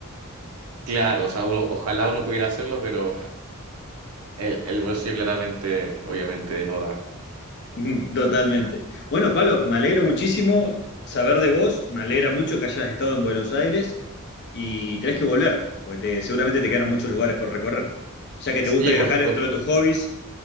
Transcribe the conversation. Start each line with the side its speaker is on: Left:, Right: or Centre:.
Right: Claro, o sea, uno- ojalá uno pudiera hacerlo, pero el, el bolsillo claramente, obviamente, no da.
Left: Ujú, Totalmente. Bueno, Pablo, me alegro muchísimo saber de vos, me alegra mucho que hayas estado en Buenos Aires y tenés que volver, porque te- seguramente te quedan muchos lugares por recorrer. Ya que
Right: Sí,
Left: te gusta viajar
Right: por supuesto.
Left: dentro de tus hobbies,